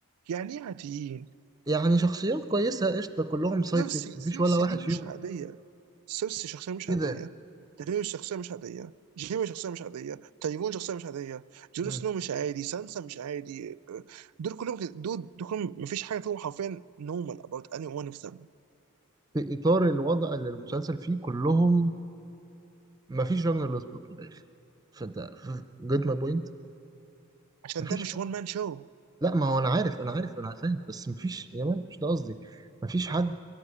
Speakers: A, on the right (about 80°); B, on the right (about 15°).
A: يعني ايه عاديين
B: يعني شخصيات كويسة قشطة كلهم سايد
A: سيرسي
B: كيكس مفيش
A: سيرسي
B: ولا واحد
A: دي
B: فيهم
A: مش عاديه سيرسي شخصيه مش
B: كده
A: عاديه داريوس شخصيه مش عاديه جيمي شخصيه مش عاديه تايفون شخصيه مش عاديه جون
B: مم.
A: سنو مش عادي سانسا مش عادي آه، دول كلهم كده- دول دول كلهم مفيش حاجه فيهم حرفيا نورمال اباوت اني ون اوف ذم
B: في إطار الوضع اللي المسلسل فيه كلهم مفيش راجنر لوسبروك في الآخر فانت جيت ماي بوينت
A: عشان
B: مفيش
A: ده مش
B: حد
A: وان مان شو
B: لا ما هو انا عارف انا عارف انا فاهم بس مفيش يا مان مش ده قصدي مفيش حد